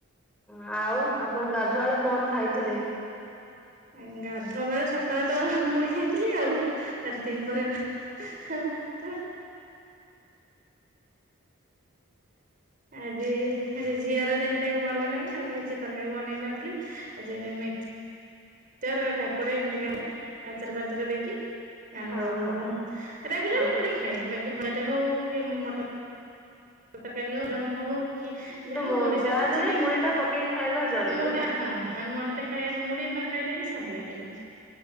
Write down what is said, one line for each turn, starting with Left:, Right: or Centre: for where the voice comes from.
Centre: ହଁ ଆଉ ଆପଣ ଗାଧୁଆଳେ କଣ ଖାଇଥିଲେ।
Right: ଏଁ ଗାଧୁଆ ବେଳେ ସକାଳେ ତ ମୁଢି ଖାଇଥିଲି ଆଉ। ତ ଆଜି ଦିପହରେ ଭା ହାଁ ଭାତ। ଆଜି ହେଁ ଯେ ଝିଅର ଦେହ ଟିକେ ଭଲ ନାହିଁ ଆଉ ଯେ କିଛି ତରକାରୀ ବନେଇ ନଥିଲି ଯେ ମିକ୍ସ୍ ଚର କାକୁଡି ଏମିତିକେ ଆଚାର ଫାଚାର ଦେଇକି ଆଉ
Centre: ହଁ ହଁ
Right: ରେଗୁଲାରି
Centre: ହଁ
Right: ମୁଢ ଖାଏ ବାକି ଭଜାଟେ ହଉ କି ମଟର ତରକାରୀ ହଉ ଦମ୍ ହଉ କି
Centre: କିନ୍ତୁ
Right: ଯାହା ହଉ
Centre: ମୋ
Right: ମୁଢି ସହିତ
Centre: ଯା ଦେହରେ
Right: ଛି ବି
Centre: ମୁଢି ଟା ପକେଇକି ଖାଇବା ଜରୁରୀ
Right: ଆ ମୁ ଟା
Centre: ନା।
Right: ହାଁ ହାଁ ମୁଢିଟା ଖାଇଏନ୍ ମୁଢି ନ ଖାଇଲେ ବି ଶାନ୍ତି ଲାଗେନି